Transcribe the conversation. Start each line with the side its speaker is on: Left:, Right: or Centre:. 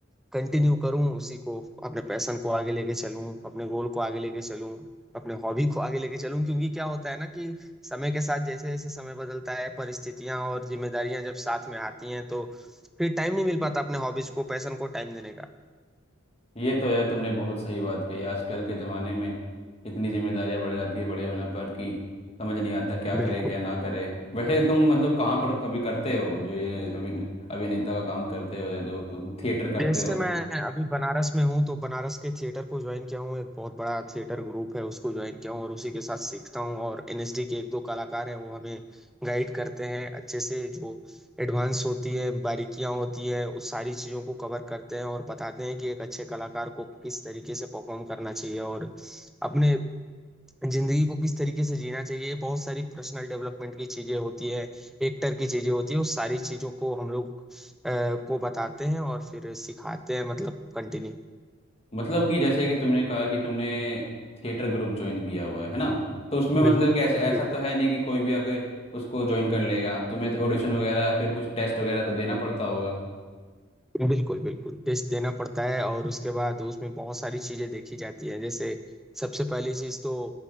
Centre: कंटिन्यू करूँ उसी को अपने पैशन को आगे लेके चलूँ अपने गोल को आगे लेके चलूँ अपने हॉबी को आगे लेके चलूँ क्योंकि क्या होता है ना कि समय के साथ जैसे जैसे समय बदलता है परिस्थितियां और जिम्मेदारियां जब साथ में आती हैं तो फिर टाइम नहीं मिल पाता अपने हॉबीज को पैशन को टाइम देने का
Left: ये तो है तुमने बहुत सही बात कही आजकल के ज़माने में इतनी जिम्मेदारियां बढ़ जाती है बड़े होने पर कि समझ नहीं आता क्या
Centre: बिल्कुल
Left: करे क्या ना करे वैसे तुम मतलब कहाँ पर कभी करते हो जो ये अभिन अभिनेता का काम करते हो या जो तुम थिएटर करते
Centre: जैसे
Left: हो
Centre: मैं अभी बनारस में हूँ तो बनारस के थिएटर को ज्वाइन किया हूँ एक बहुत बड़ा थिएटर ग्रुप है उसको ज्वाइन किया हूँ और उसी के साथ सीखता हूँ और एनएसडी के एक दो कलाकार हैं वो हमें गाइड करते हैं अच्छे से जो एडवांस होती है बारीकियाँ होती है उस सारी चीज़ों को कवर करते हैं और बताते हैं कि एक अच्छे कलाकार को किस तरीके से परफॉर्म करना चाहिए और अपने जिंदगी को किस तरीके से जीना चाहिए बहुत सारी पर्सनल डेवलपमेंट की चीजें होती है एक्टर की चीजें होती है उस सारी चीजों को हम लोग अ, को बताते हैं और फिर सिखाते हैं मतलब कंटिन्यू
Left: मतलब कि जैसे कि तुमने कहा कि तुमने थिएटर ग्रुप ज्वाइन किया हुआ है है ना तो उसमें मतलब
Centre: बिल्कुल
Left: कि ऐसे ऐसा
Centre: बिल्कुल
Left: तो है नहीं कि कोई भी आके उसको ज्वाइन कर लेगा तुम्हें तो ऑडिशन वगैरह फिर कुछ टेस्ट वगैरह तो देना पड़ता होगा
Centre: बिल्कुल बिल्कुल टेस्ट देना पड़ता है और उसके बाद उसमें बहुत सारी चीजें देखी जाती हैं जैसे सबसे पहली चीज तो